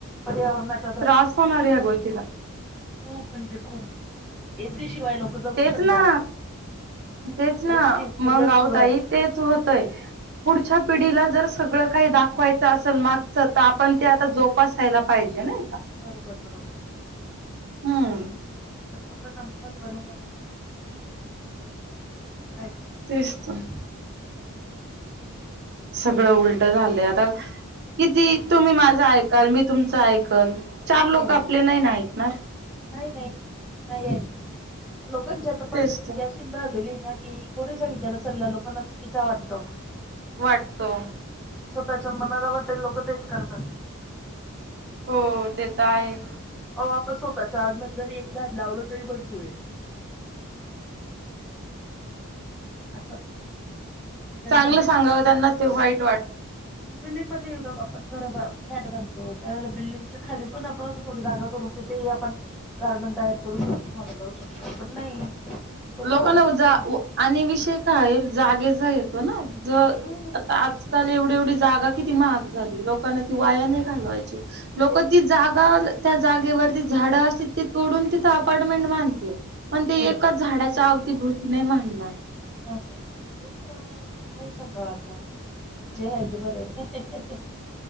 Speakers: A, in the centre; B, on the right (about 50°).
A: पर्यावरणात
B: त्रास होनाराय ह्या गोष्टीचा.
A: खूप म्हणजे खूप एसी शिवाय लोक- जगू
B: तेच
A: शकणार
B: ना तेच
A: नाही
B: ना
A: एसी कुलर
B: मग
A: शिवाय
B: आवताई तेच होतय. पुढच्या पिढीला जर सगळं काही दाखवायचं असल ना तर आपण ते आता जोप तपसायला पाहिजे नाही का?
A: बरोबर बरोबर.
B: हम्म
A: लोकांना महत्व नाही ना त्याच काय करत
B: तेच तर सगळं उलट झालंय आता किती तुम्ही माझा ऐकाल मी तुमच ऐकल चार लोकं
A: बरोबर
B: आपले नाही ना ऐकणार.
A: नाही नाही नाही ऐकणार लोकांची आता परिस्थिती
B: तेच तर.
A: अशी <unintelligible> झालेली ना की करू सांगितल्याला सल्ला लोकांना चुकीचा वाटतो.
B: वाटतो.
A: स्वतःच्या मनाला वाटेल लोकं तेच करतात.
B: हो ते तर आहे.
A: ओ आपण स्वतःच्या अंगणात जरी एक झाडं लावलं तरी भरपुर ये असं. त्याच्यानंतर
B: चांगलं सांगावं त्यांना ते वाईट वाट
A: बिल्डिंग मध्ये आपण घरं बांध फ्लॅट बनतो. त्यावेळेला बिल्डिंगच्या खाली पण आपण असं थोडी जागा सोडून तिथेही आपण गार्डन तयार करू शकतो. झाडे लावू शकतो पण नाही. लोक
B: लोकांना
A: करत
B: उजाव
A: असं.
B: आणि विषय काय आहे. जागेचा येतो ना जो
A: हम्म
B: आजकाल एवढे एवढी जागा किती महाग झालीय. लोकांना ती
A: ते
B: वाया
A: तर-
B: नाही घालवायची. लोकं
A: ते तर
B: ती जागा त्या जागेवरती झाडं असतील ते तोडून तिथं अपार्टमेंट बांधतेय. पण ते
A: बरोबर
B: एकाच झाडाच्या अवतीभोवती नाही मानणार.
A: नाही ना नाही लोक काय सांगाव आता, जे आहे ते बरं आहे.